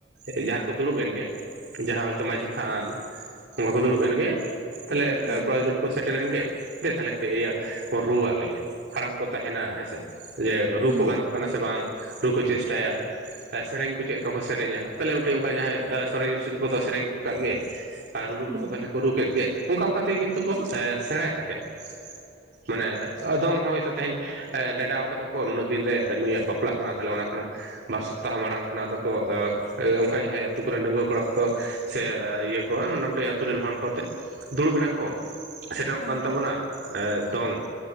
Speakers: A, on the right; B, on the right.
A: ᱮ ᱡᱟᱦᱟᱸ ᱨᱮᱠᱚ ᱫᱩᱲᱩᱵ ᱮᱱ ᱜᱮ ᱡᱟᱦᱟᱸ ᱦᱚᱭᱛᱳ ᱢᱟᱺᱡᱷᱤ ᱛᱷᱟᱱ ᱚᱱᱠᱟ ᱠᱚ ᱫᱩᱲᱩᱵ ᱮᱱ ᱜᱮ ᱛᱟᱦᱚᱞᱮ
B: ᱦᱮᱸ
A: ᱠᱚᱲᱟ ᱜᱤᱫᱽᱨᱟᱹ ᱠᱚ ᱥᱮᱴᱮᱨᱮᱱ ᱜᱮ ᱫᱮ ᱛᱟᱦᱚᱞᱮ ᱠᱟᱹᱴᱤᱡ ᱤᱭᱟᱹ ᱠᱚ ᱨᱩ ᱟᱜ ᱞᱮᱜᱮ ᱦᱟᱲᱟᱢ ᱠᱚ ᱛᱟᱦᱮᱱᱟ ᱦᱮᱸ ᱥᱮ ᱤᱭᱟᱹ ᱨᱩ
B: ᱦᱩᱸ
A: ᱠᱚ ᱜᱟᱱᱚᱜ ᱠᱟᱱᱟ ᱥᱮ ᱵᱟᱝ ᱨᱩ ᱠᱚ ᱪᱮᱥᱴᱟᱭᱟ ᱥᱮᱨᱮᱧ ᱠᱚ ᱪᱮᱫᱠᱟ ᱠᱚ ᱥᱮᱨᱮᱧᱟ ᱛᱟᱞᱦᱮ ᱢᱤᱫᱴᱮᱡ ᱚᱱᱠᱟ ᱡᱟᱦᱟᱸᱭ ᱥᱮᱨᱮᱧ ᱨᱩᱥᱤᱠᱟ ᱠᱚᱫᱚ ᱥᱮᱨᱮᱧ ᱠᱚ ᱠᱟᱜ ᱜᱮ ᱟᱨ ᱨᱩ ᱨᱩ
B: ᱦᱩᱸ
A: ᱠᱚᱫᱚ ᱠᱚ ᱛᱟᱦᱞᱮ ᱠᱚ ᱨᱩ ᱠᱮᱫ ᱜᱮ ᱚᱱᱠᱟ ᱚᱱᱠᱟ ᱛᱮᱜᱮ ᱠᱚ ᱠᱤᱱᱛᱩ ᱠᱚ ᱥᱮᱬᱟᱭ ᱛᱟᱦᱮᱸᱫ ᱾ ᱢᱟᱱᱮ ᱫᱚᱝ ᱦᱚᱸ ᱦᱚᱭᱛᱳ ᱛᱮᱦᱮᱧ ᱱᱮᱰᱟᱣ ᱠᱟᱫᱟ ᱠᱚ ᱱᱩᱱᱟᱹᱜ ᱫᱤᱱ ᱨᱮ ᱱᱩᱭᱟᱜ ᱵᱟᱯᱞᱟ ᱠᱟᱱᱟ ᱛᱟᱦᱚᱞᱮ ᱚᱱᱟ ᱠᱷᱚᱱᱟᱜ ᱵᱟᱨ ᱥᱚᱯᱛᱟᱦᱚ ᱢᱟᱲᱟᱝ ᱠᱷᱚᱱᱟᱜ ᱟᱫᱚ ᱠᱚ ᱚᱱᱠᱟ ᱡᱟᱦᱟᱸᱭ ᱟᱛᱩ ᱠᱚᱨᱮᱱ ᱰᱟᱺᱝᱣᱟᱹ ᱠᱚᱲᱟ ᱠᱚᱫᱚ ᱥᱮ ᱤᱭᱟᱹ ᱠᱚ ᱢᱚᱴᱟᱢᱩᱴᱤ ᱟᱛᱳ ᱨᱮᱱ ᱦᱚᱲ ᱠᱚᱛᱮ ᱫᱩᱲᱩᱵ ᱮᱱᱟ ᱠᱚ ᱥᱮᱴᱮᱨᱚᱜ
B: ᱦᱮᱸ
A: ᱠᱟᱱ ᱛᱟᱵᱚᱱᱟ ᱮ ᱫᱚᱝ